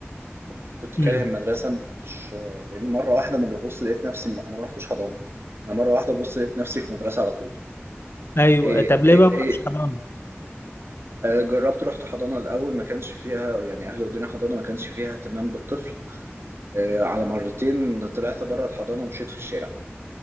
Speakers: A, on the right; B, on the left.
A: ما ك- كنت كاره
B: امم
A: المدرسة ما كنتش لان مرة واحدة انا ببص لقيت نفسي انا ما رحتش حضانة انا مرة واحدة ببص لقيت نفسي في مدرسة على طول
B: ايوه
A: إيه
B: طب ليه
A: إيه
B: بقى
A: إيه
B: ما رحتش حضانه
A: آه، جربت رحت حضانة الأول ما كانش فيها يعني أهل الدنيا حضانة ما كانش فيها اهتمام بالطفل آه، على مرتين طلعت بره الحضانة ومشيت في الشارع